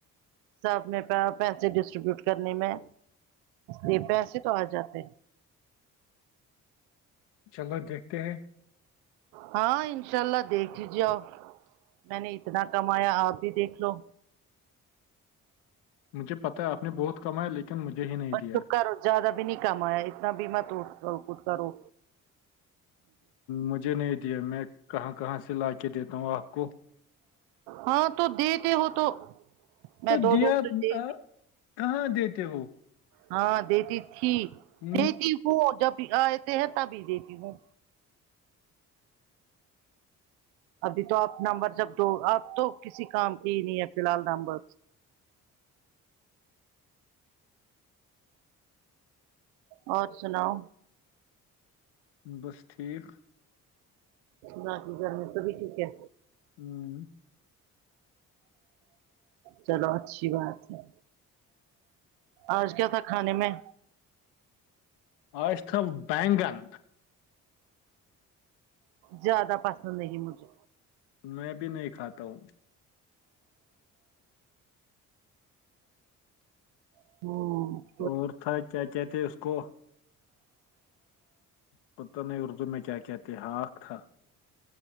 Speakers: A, on the right; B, on the left.
A: اپ میں پیسے ڈسٹریبیوٹ کرنے میں یہ پیسے تو آ جاتے
B: چلو دیکھتے ہیں
A: ہاں انشاء اللہ دیکھ لیجیے آپ میں نے اتنا کمایا آپ بھی دیکھ لو
B: مجھے پتا ہے آپ نے بہت کمایا لیکن مجھے ہی نہیں
A: بر
B: دیا
A: کرو زیادہ بھی نہیں کام آیا اتنا بھیم تو کر کچھ کرو
B: مجھے نہیں دیا میں کہاں کہاں سے لا کے دیتا ہوں آپ کو
A: ہاں تو دیتے ہو تو میں
B: تو
A: دو
B: دیا
A: دو
B: آ،
A: دیتے
B: کہاں دیتے ہو
A: ہاں دیتی تھی
B: ہ
A: دیتی ہوں جب آتے ہیں تبھی دیتی ہوں ابھی تو آپ نمبر جب دو آپ تو کسی کام کی نہیں ہے فی الحال نمبر اور سناؤ
B: بس ٹھیک
A: نہ کی کرنے تو بھی ٹھیک ہے
B: ہوں
A: چلو اچھی بات ہے آج کیا تھا کھانے میں
B: اج تھا بینگن
A: زیادہ پسند نہیں مجھے
B: میں بھی نہیں کھاتا ہوں
A: ہاں
B: اور تھا کیا کہتے اس کو پت نہیں اردو میں کیا کہتے ہق تھا